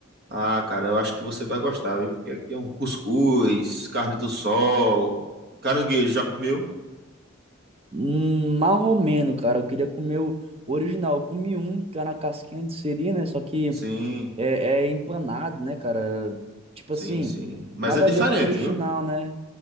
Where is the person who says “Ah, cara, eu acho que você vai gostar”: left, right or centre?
Right